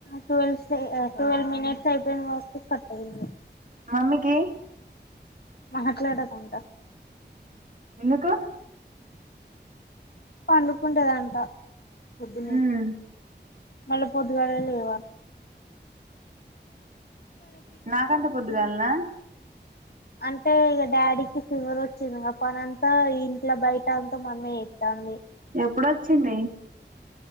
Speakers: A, on the left; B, on the right.
A: Twelve twelve minutes అయిపోయింది కాబట్టి cut అయింది.
B: ఆ మమ్మీకీ
A: మాట్లాడకుంట
B: ఎందుకు?
A: పండుకుంటేదంట పొద్దు
B: మ్మ్
A: మళ్ళా పొద్దుగాళ లేవ
B: నాకంట పొద్దుగాలినా
A: అంటే ఇక డాడీకి ఫీవర్ వచ్చింది పనిఅంత ఇంట్లో బయట అంతా మా అమ్మే చేత్తాంది
B: ఎప్పుడొచ్చింది